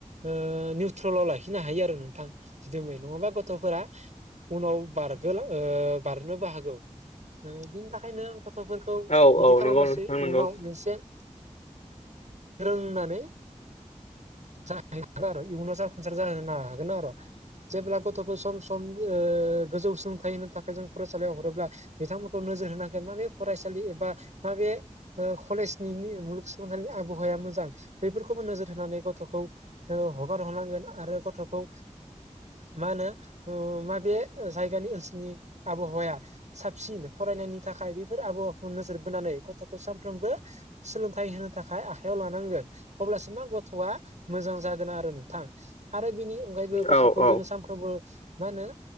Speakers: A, on the right; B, on the left.
A: ओ निउट्रलाव लाखिनो हायो आरो नोंथां दिदोमै नङाबा गथ'फोरा उनाव बारग बारनोबो हागौ बिनि थाखायनो गथ'फोरखौ
B: औ
A: बिदि
B: औ
A: खालामबासो
B: नंगौ नोंथां नंगौ
A: उनाव मोनसे रोंनानै जाहैगोन आरो इयुनाव जाफुंसार जाहोनो हागोन आर' जेब्ला गथ'खौ सम सम ओ गोजौ सोलोंथाइ होनो थाखाय जों फरायसालियाव हरोब्ला बिथांमोनखौ नोजोर होनांगोन माबे फरायसालि एबा माबे ओ कलेजनि नि मुलुगसोलोंसालिनि आबहावाया मोजां बेफोरखौबो नोजोर होनानै गथ' हगार हरनांगोन आरो गथ'खौ मा होनो ओ माबे जायगानि ओनसोलनि आबहावाया साबसिन फरायनायनि थाखाय बेफोर आब नोजोर बोनानै गथ'खौ सामफ्रोम्बो सोलोंथाइ होनो थाखाय आखायाव लानांगोन। अब्लासो मा गथ'आ मोजां जागोन आरो नोंथां आरो बिनि अनगायैबो गथ'खौ
B: औ औ
A: जोंङो सानफ्रो <unintelligible> माहोनो